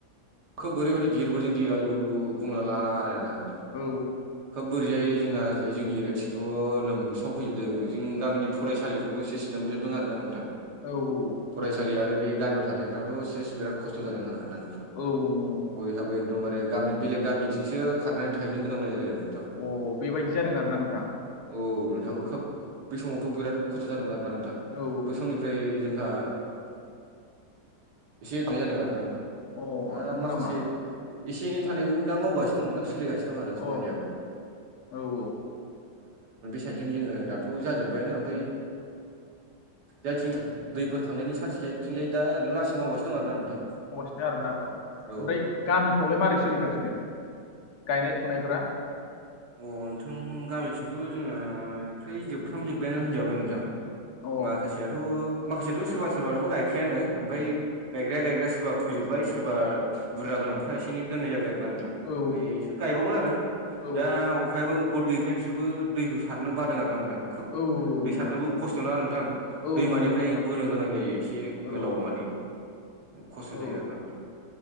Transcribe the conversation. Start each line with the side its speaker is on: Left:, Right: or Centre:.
Right: खोब ओरैबायदि देरबोदों दियो आयु बुंना लाना आरो आ ना नोंथां
Left: औ
Right: खोब बोरैजाय जोंहा ओरैजाय जोंनि एरियाथिंथ' लोमसाव फैजोबदों जों गामिनि फरायसालिखौबो एसे स लोमजोबदों आर ना नोंथां
Left: औ औ औ
Right: फरायसालि आरो बे गामियाव थानायफ्राथ' सेस बिराद खस्थ' जादों आरो ना नोंसाव
Left: औ नंगौ नंगौ
Right: बयहाबो एकदमबारे गामि बेलेग गामिथिंसो खारनानै थाहैनो गोनांलाय जालाय नोंथां
Left: अ बेबायदि जादों आरो ना नोंथां
Right: औ नोंथां
Left: औ
Right: खुब बे समावथ' बिराद खस्थ' जादोंमोन आरोना नोंथां
Left: औ
Right: बै समनिफ्राय जोंहा एसे एथनाय जादों आरोोना नोंथां
Left: औ अ
Right: दा
Left: नंगौ
Right: माखासे
Left: नामा
Right: एसे एनै थानायखौ दा मावगासिनो दं नोंथां सोलिगासिनो दं आरो
Left: अ
Right: खामानियाबो
Left: औ औ
Right: साइदथिंजों जोङो दाथ' जाजोब्बायानो ओमफ्राय जायथिं दैफोर थांनायनि चान्स गैया बिथिं जाय दा ओरैनो लासं मावगासिनो दं आरो ना नोंथां।
Left: आरो ना औ
Right: औ
Left: ओमफ्राय गामिफ्रावलाय मारै सोलिगासिनो गायनाय फुनायफ्रा?
Right: अ नोंथां गामिथिंथ' जोङो फ्रै जोबफ्राम जोबबायानो होनजाबाय नोंथां।
Left: अ
Right: माखासेयाथ' माखासेयाथ' सोरबा सोरबथ' गायखायानो ओमफाय गायग्राया गायग्राया सोरबा फोजोब्बाय सोरबा बुरजा गोनांफ्रा एसे एनै दोननाय जाबाय आरो ना नोंथां
Left: औ
Right: बै गायबावगोन आरो
Left: औ
Right: दा अखायाबो गथ गैयैखाय बिसोरबो दैखौ सारनो बादों आरोा नोंथां खोब
Left: औ
Right: दै
Left: नंगौ
Right: सारनोबो
Left: नंगौ
Right: खस्थ' ना नोंथां
Left: औ
Right: दैमानिफ्राय
Left: नंगौ नंगौ नोंथां
Right: बोनो गोनां जायो एसे
Left: औ
Right: गोलाव माने खस्थ'
Left: औ
Right: जायो आरो नाोंथां।